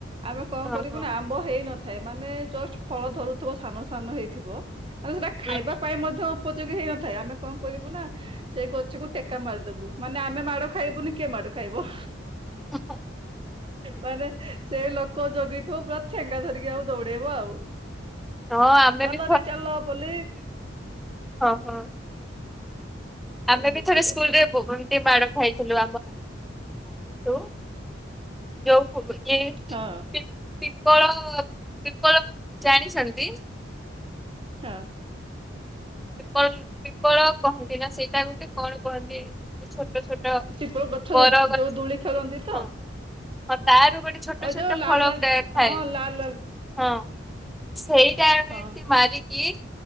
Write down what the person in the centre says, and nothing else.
ହଁ
ହଁ ହଁ
ହୁଁ ହୁଁ
ହଁ।
ହଁ ଆମେ
ବି
ହଁ-ହଁ।
ଆମେ ବି ଥରେ ସ୍କୁଲ
ରେ ବୁ ଏମତି ମାଡ଼ ଖାଇଥିଲୁ <unintelligible> ଯଉ ଫୁବୁ ଇଏ
ତି ତିପଳ ତିପଳ ଜାଣିଛନ୍ତି।
ତ୍ରିପଲ ତ୍ରିପଳ କହନ୍ତି ନା ସେଇଟା ଗୋଟେ କଣ କୁହନ୍ତି ଯେ ଛୋଟ ଛୋଟ।
ବର ଗଛ
ହଁ ହଁ ତାର ଗୋଟେ ଛୋଟ
ଛୋଟ
ଫଳ
ପ୍ରାୟେ ଗୁଡା ଥାଏ
ହଁ। ସେଇଟା ଆମେ
ଏମତି ମାରିକି